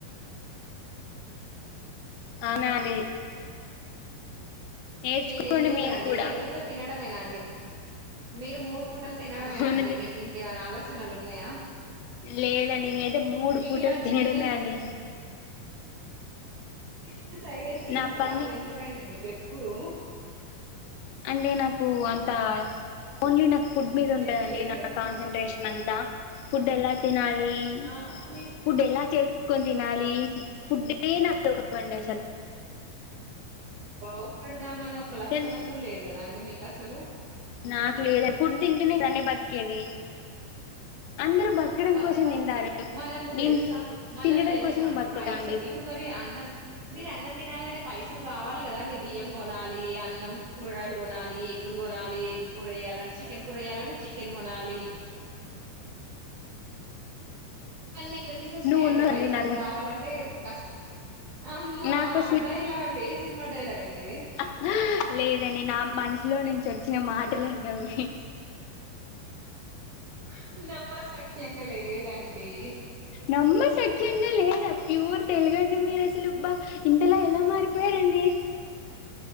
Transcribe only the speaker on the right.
మీరేం జేత్తర
అండి
ఊకే తినడం మేనా అండి మీరు మూడు పూటలు తినడమేనా
అండి మీకింకేమైనా ఆలోచనలు ఉన్నాయా
మీకు
ఇలాంటి
బిజినెస్
బిజినెస్ ఐడియాస్
ఏం
రావెందుకఅండి మీకు ఎప్పుడు.
తెలివి
లేదు
కదా
ఆ మీకు
బాగుపడ్ దామ అని ఒక లక్షణం
కూడా లేదు కదా అండి మీక్ అసలు
అవును బతకాలి
కనీ మనము
దేల్ సా మనం
తెలుసా
అండి
పైసల్
ఇప్పుడు మరి అన్నల్ మీరు అన్నం తినాల అంటే పైసల్ కావాలి గదా అండి బియ్యం కొనాలి అన్నం కూరగాయలు కొనాలి గ్గులు కొనాలి ఎగ్గ్ కూర వేయ్యాల అంటే చికెన్ కూర వేయాలంటే చికెన్ కొనాలి అన్ని ఎక్కడి నుంచి వస్తాయ
అండి
పైసలు
గావాల అంటే కష్టం అమ్మ
డైలాగ్ ఏ సినిమా డైలాగ్ అండి ఇది
హా నమ్మ సఖ్యంగా లేద అండి